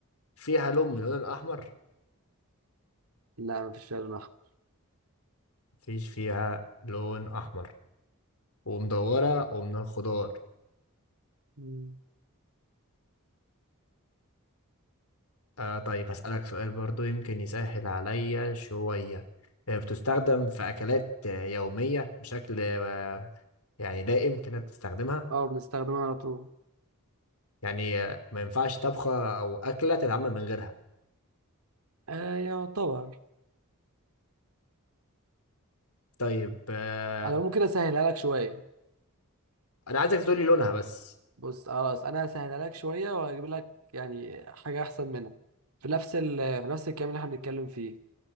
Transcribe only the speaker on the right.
لا مفيش فيها لون أحمر.
مم.
اه بنستخدمها على طول
آه يعتبر
انا ممكن اسهلها لك شوية
بص خلاص انا هسهلها لك شوية واجيب لك يعني حاجة احسن منها في نفس ال في نفس الكلام اللي احنا بنتكلم فيه